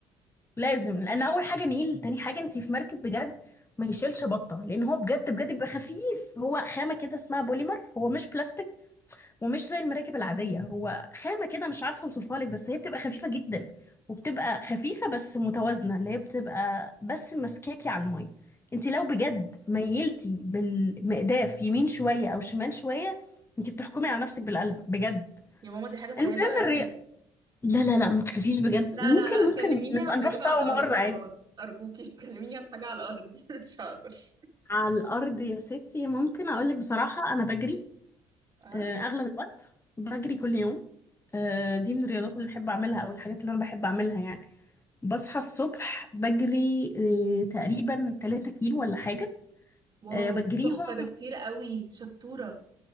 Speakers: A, on the left; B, on the right.
A: لازم لان اول حاجه نيل تاني حاجه انتي في مركب بجد ما يشيلش بطه لان هو بجد بجد بيبقى خفيف هو خامه كده اسمها بوليمر هو مش بلاستيك ومش زي المراكب العادية هو خامة كده مش عارفة اوصفها لك بس هي بتبقى خفيفة جدا وبتبقى خفيفة بس متوازنة اللي هي بتبقى بس ماسكاكي على المية انت لو بجد ميلتي بالمقداف يمين شوية او شمال شوية انت بتحكمي على نفسك بالقلب بجد
B: يا ماما دي حاجه مرعبه
A: المهم
B: قوي
A: الرياضة لا لا لا ما تخافيش بجد
B: لا
A: ممكن
B: لا لا
A: ممكن
B: كلميني
A: نبقى
B: عن رياضه
A: نروح سوا
B: على الارض
A: مرة عادي
B: خلاص ارجوكي <laughs> كلميني عن حاجه على الارض <laughs> مش هقدر
A: على الأرض يا ستي ممكن أقولك بصراحة أنا بجري
B: اه
A: آه، أغلب الوقت بجري كل يوم آه، دي من الرياضات اللي بحب أعملها أو الحاجات اللي أنا بحب أعملها يعني بصحى الصبح بجري آه، تقريبا 3 كيلو ولا حاجة
B: واو
A: آه، بجريهم
B: تحفه ده كتير قوي شطوره